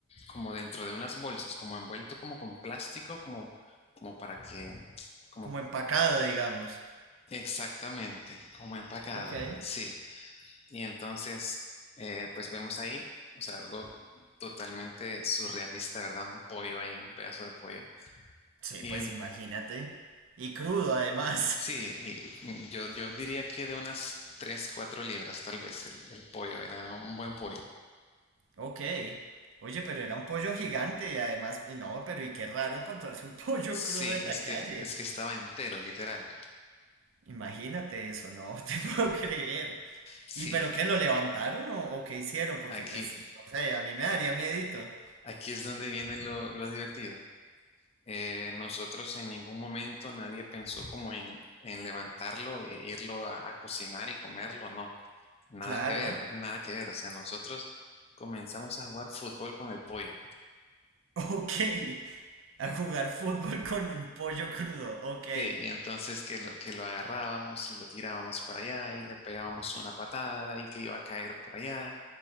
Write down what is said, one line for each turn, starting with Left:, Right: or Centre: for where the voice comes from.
Left: como dentro de unas bolsas, como envuelto como con plástico, como, como para que, como
Right: Como empacado, digamos.
Left: exactamente, como empacado,
Right: Ok.
Left: sí. Y entonces, eh, pues vemos ahí, o sea, algo totalmente surrealista, ¿verdad? Un pollo ahí, un pedazo de pollo.
Right: Sí,
Left: Y
Right: pues
Left: un-
Right: imagínate. Y crudo además.
Left: sí, y yo, yo diría que de unas 3 4 libras, tal vez, el el pollo, era un buen pollo.
Right: Ok. Oye, pero era un pollo gigante y además, no, pero y qué raro encontrarse un <laughs> pollo
Left: Sí,
Right: crudo en
Left: es
Right: la
Left: que,
Right: calle.
Left: es que estaba entero, literal.
Right: Imagínate eso, no <laughs> te puedo creer.
Left: Sí,
Right: ¿Y pero qué, lo levantaron o, o qué hicieron? Porque
Left: aquí,
Right: pues, no sé, a mí me daría miedito.
Left: aquí es donde viene lo, lo divertido. Eh, nosotros en ningún momento nadie pensó como en, en levantarlo e irlo a, a cocinar y comerlo, no. Nada
Right: Claro.
Left: que ver, nada que ver. O sea, nosotros comenzamos a jugar fútbol con el pollo.
Right: <laughs> Ok. A jugar fútbol con un pollo crudo. Ok,
Left: Sí, entonces que lo, que lo agarrábamos y lo tirábamos para allá y le pegábamos una patada y que iba a caer por allá